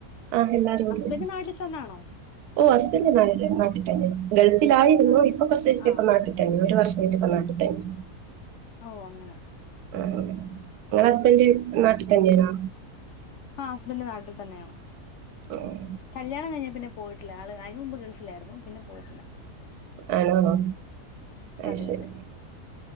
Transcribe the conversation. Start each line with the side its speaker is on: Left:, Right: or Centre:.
Right: ആഹ് എല്ലാരും ഉണ്ട്
Left: ഹസ്ബൻഡ് നാട്ടിൽ തന്നാണോ
Right: ഓ ഹസ്ബൻഡ് നാട്ടിലെനെ നാട്ടി തന്നെ ഗൾഫിൽ ആയിരുന്നു
Left: ആഹ്
Right: ഇപ്പൊ കൊറ്ചായിട്ട്
Left: ആഹ്
Right: ഇപ്പം നാട്ടിത്തന്നെ ഒരു വർഷ <unintelligible>
Left: ഓ അങ്ങനെ
Right: ആ ഇങ്ങള ഹസ്ബൻഡറ് നാട്ടിൽ തന്നേണൊ
Left: ആഹ് ഹസ്ബൻഡന്റ് നാട്ടിൽ തന്നെയാണ്
Right: ഉം.
Left: കല്യാണം കഴിഞ്ഞ പിന്നെ പോയിട്ടില്ല ആള് അയിന് മുമ്പ് ഗൾഫിലായിരുന്നു പിന്നെ പോയിട്ടില്ല
Right: ആണ്ന്നോ അയ്
Left: അതെ
Right: ശരി
Left: അതെ